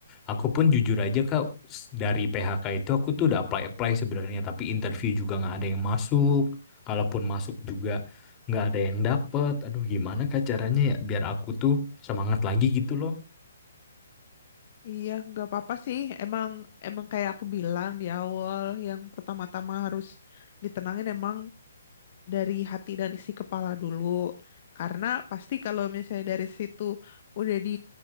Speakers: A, on the left (about 20°); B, on the left (about 45°).
A: Aku pun jujur aja Kak, s- dari PHK itu aku tuh udah apply-apply sebenarnya, tapi interview juga nggak ada yang masuk. Kalaupun masuk juga nggak ada yang dapet. Aduh gimana Kak caranya ya biar aku tuh semangat lagi gitu
B: Iya, nggak apa-apa sih. Emang emang kayak aku bilang di awal, yang pertama-tama harus ditenangin emang dari hati dan isi kepala dulu. Karena pasti kalau misalnya dari situ udah di